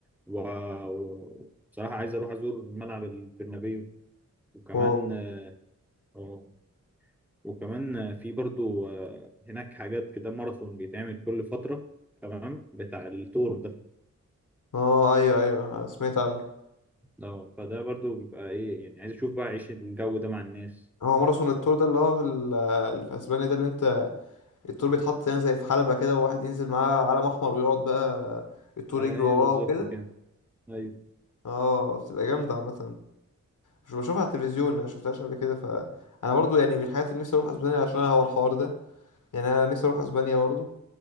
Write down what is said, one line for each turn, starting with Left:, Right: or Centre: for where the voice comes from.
Centre: و- و- وبصراحه عايز اروح ازور ملعب البرنابيو وكمان
Left: واو
Centre: اه وكمان في برضو آه، هناك حاجات كده ماراثون بيتعمل كل فتره تمام بتاع التور ده
Left: اه ايوه ايوه سمعت عنه
Centre: اه فده برضو بيبقى ايه يعني عايز اشوف بقى عيش الجو ده مع الناس
Left: هو ماراثون التور ده اللي هو في, ال- اللي في اسبانيا ده اللي انت التور بيتحط يعني زي في حلبة كده وواحد ينزل معاه علم أحمر ويقعد بقى التور
Centre: ايوه
Left: يجري وراه
Centre: بالظبط
Left: وكده
Centre: كده ايوه
Left: اه بتبقى جامدة عامة مش بشوفها على التلفزيون أنا شفتهاش قبل كده فأنا برضو يعني من الحاجات اللي نفسي أروح أسبانيا عشان هو الحوار ده يعني أنا نفسي أروح أسبانيا برضو